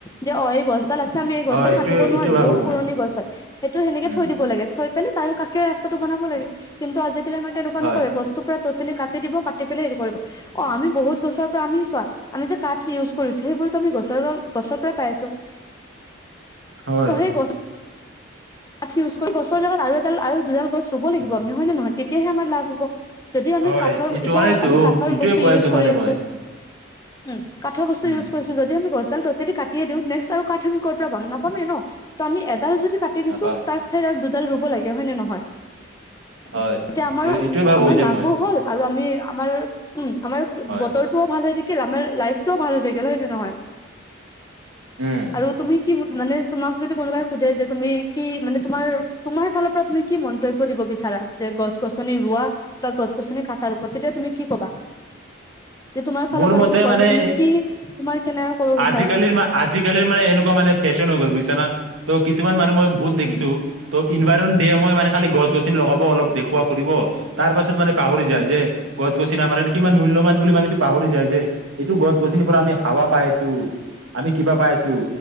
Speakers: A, on the left; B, on the right.
A: যে অ এই গছ - ডাল আছে আমি এই
B: হয়
A: গছডাল
B: এইটোৱে
A: কাটিব নোৱাৰোঁ
B: এইটোৱে ভাবো
A: বহুত
B: মই
A: পুৰণি গছ হয়। ত সেনেকে
B: উম
A: থৈ দিব লাগে। থৈ পেলাই তাৰ কাষে ৰাস্তাটো বনাব লাগে কিন্তু আজি। এইফালে আমাৰ তেনেকুৱা
B: হয়
A: নকৰে গছটো পৰা। টোটেলি কাটি দিব কাটি পেলাই হেৰি কৰিব অ আমি বহুত গছৰ পৰা আমি চোৱা আমি যে কাঠ ইউজ কৰিছোঁ। সেইবোৰতো আমি গছ গছৰ পৰাই পাই আছোঁ।
B: হয়,
A: তহে গছ- কাঠ ইউজ কৰি গছৰ লগত আৰু এডাল আৰু দুডাল গছ, থব লাগিব
B: উম,
A: আমি হয় নহয় তে- তেতিয়াহে আমাৰ লাভ হ'ব। যদি আমি
B: হয়
A: কাঠৰ
B: এইটো
A: এতিয়া
B: কাৰণেতো
A: আমি কাঠৰ
B: এইটোয়ে
A: বস্তু
B: কৈ
A: ইউজ
B: আছো
A: কৰি
B: মানে
A: আছোঁ।
B: মই।
A: উম। কাঠৰ বস্তু
B: উম,
A: ইউজছ কৰিছোঁ যদি আমি গছ- টতেলি কাটিয়ে দিও নেষ্ট আৰু কাঠ আমি ক'ৰ পৰা পাম নাপামে ন'-ত' আমি এডাল য কাটি দিছো।
B: নাপাম
A: <unintelligible> দুডাল ৰুব লাগে হয় নে নহয়?
B: হয়
A: তেতিয়া আমাৰো
B: এইটো এইটোয়ে ভাবো
A: আমাৰ
B: যে
A: লাভ
B: মই
A: চাব হ'ল আৰু আমি আমাৰ উম, আমাৰ
B: হয়,
A: বতৰ টোও ভাল হৈ থাকে। আমাৰ লাইফ টোও ভাল হৈ থাকে ন ' সেইটো নহয়?
B: উম।
A: আৰু তুমি কি মানে তোমাক যদি কোনোবাই সোধে যে তুমি কি মানে তোমাৰ -তোমাৰ ফালৰ পৰা তুমি কি মন্তব্য দিব বিচাৰা যে গছ -গছনি ৰোৱা বা গছ -গছনি কাটাৰ ওপৰত তেতিয়া তুমি কি কবা? যে তোমাৰ ফালৰ
B: মোৰ
A: পৰা
B: মতে
A: যিটো কয়
B: মানে
A: যে তুমি কি তোমাৰ কেনেকে ক'ব বিচাৰা
B: আজিকালিৰ মা -আজিকালিৰ মানে এনেকুৱা মানে ফেশ্বন হৈ গ'ল বুজিছা না। ত' কিছুমান মানুহ মই বহুত দেখিছো
A: উম
B: ত' ইনভাইৰন দিয়ে মই মানে খালি গছ- গছনি লগাব অলপ দেখুৱা কৰিব তাৰ পাছত মানে পাহৰি যায়
A: উম
B: যে গছ- গছ <unintelligible> আমাৰ কাৰণে কিমান মূল্যৱান বুলি মানে এইটো পাহৰি যায় যে এইটো গছ -গছনিৰ পৰা আমি হাৱা পাই আছ <unintelligible> আমি কিবা পাই আছোঁ।